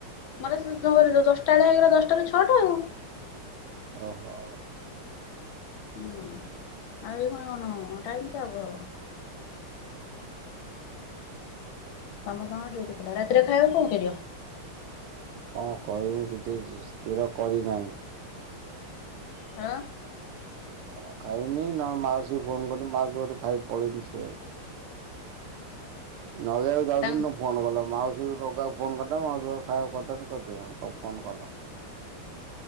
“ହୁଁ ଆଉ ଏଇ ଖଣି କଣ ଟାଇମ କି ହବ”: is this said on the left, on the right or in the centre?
Left